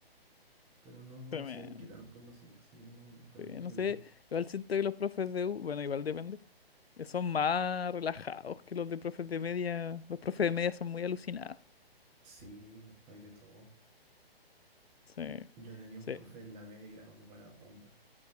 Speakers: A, on the right (about 20°); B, on the left (about 75°).
A: Pero no,
B: Tremendo.
A: no se desquitaron con nosotros, así que no, no fue
B: Sí,
A: tan terrible.
B: No sé, igual siento que los profes de U, bueno, igual depende, eh, son más relajados que los de profes de media. Los profes de media son muy alucinados.
A: Sí, po, hay de todo.
B: Sí, no
A: Yo tenía un
B: sé,
A: profe en la media que era muy buena onda.